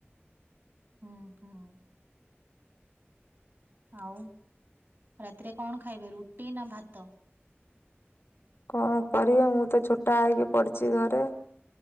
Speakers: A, on the right; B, on the left.
A: ହୁଁ ହୁଁ ଆଉ ରାତିରେ କଣ ଖାଇବେ ରୁଟି ନା ଭାତ?
B: କଣ କରିବେ ମୁଁ ତ ଛୋଟା ହେଇକି ପଡିଛି ଘରେ।